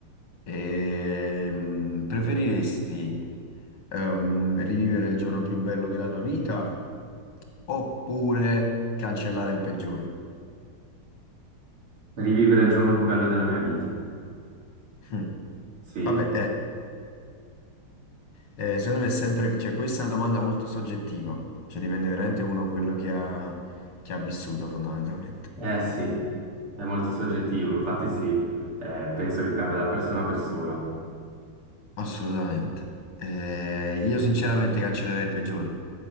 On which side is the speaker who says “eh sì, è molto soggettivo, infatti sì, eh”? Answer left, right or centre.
Right